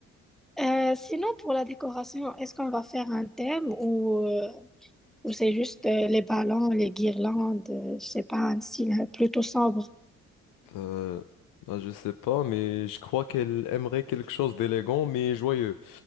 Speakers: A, in the centre; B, on the left.
A: Euh, sinon, pour la décoration, est-ce qu'on va faire un thème ou, euh, ou c'est juste euh, les ballons, les guirlandes, euh, je sais pas, un style euh, plutôt sombre?
B: Euh, ben, je sais pas, mais je crois qu'elle aimerait quelque chose d'élégant mais joyeux.